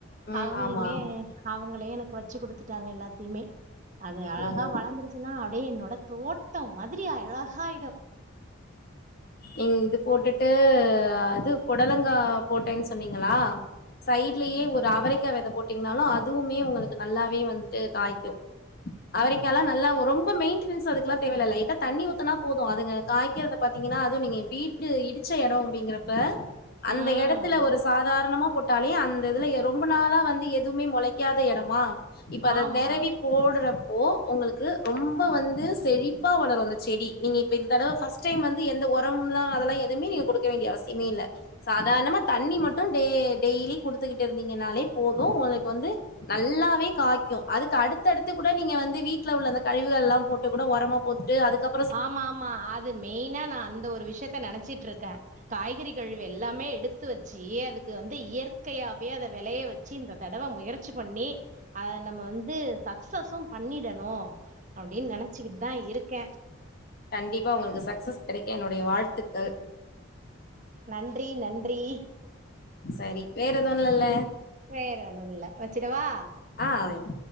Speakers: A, on the left; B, on the right.
A: ம்
B: அவங்களுமே
A: ஆமா
B: அவங்களே எனக்கு வெச்சு குடுத்துட்டாங்க எல்லாத்தியுமே அது அழகா
A: ஓ
B: வளந்திரு ச்சின்னா அப்டியே என்னோட தோட்ட மாதிரி அழகாயிடு
A: நீங் இது போட்டுட்டு இது பொடலங்கா போட்டன் சொன்னீங்களா சைட்லயே ஒரு அவரைக்கா வெத போட்டீங்ன்னாலு அதுவுமே உங்களுக்கு நல்லாவே வந்ட்டு காய்க்கு அவரைக்கால்லா நல்லா ரொம்ப மெயின்டெனன்ஸ் அதுக்குலா தேவயில்ல லைட்டா தண்ணி ஊத்தனா போது அதுங்க காய்கிறத பாத் தீங்கனா அதுவு நீங்க வீடு இடிச்ச எடோ அப்டிங்கறப்ப அந்த
B: ம்
A: எடத்துல ஒரு சாதாரணமா போட்டாலே அந்த இதுல ரொம்ப நாளா வந்து எதுமே மொளைக்காத எடமா இப்ப அத
B: ஆமா
A: நெறவி போடுறப்போ உங்களுக்கு ரொம்போ வந்து செழிப்பா வளரு அந்த செடி நீங்க இப்ப இந் தடவ ஃபஸ்ட்டைம் வந் து எந்த ஒரம்லா அதல்லா எதுமே நீங்க குடுக்க வேண்டிய அவசியமே இல்ல சாதாரணமா தண்ணி மட்டு டே டெய்லி குடுத்துக்கிட்டு இருந்தீங்கனாலே போது உங்ளுக் வந்து நல்லாவே காய்க்கு அதுக்கு அடுத்தடுத்து கூட நீங்க வந்து வீட்ல உள்ள அந்த கழிவுகல்லா போட்டு கூட ஒரமா போட்டு அதுக்கப்
B: ஆமா ஆமா அது மெயினா நா அந்த ஒரு விஷியத்த நெனைச்சிட்ருக்க காய்கறி கழிவு எல்லாமே எடுத் து வெச்சு அதுக்கு வந்து இயற்கையாவே அத வெலய வெச்சு இந்த தடவ முயற்சி பண்ணி அத நம்ம வந்து சக்சசு பண்ணிடணு அப்டின் நெனச்சிக்கிட்தா இருக்க
A: கண்டிப்பா உங்களுக்கு சக்சஸ் கெடைக்க என்னுடைய வாழ்த்துக்கள்
B: நன்றி நன்றி
A: சரி வேற எது இல்லல
B: வேற ஒன்னுல்ல வச்சுட்டவா
A: ஆ வைங்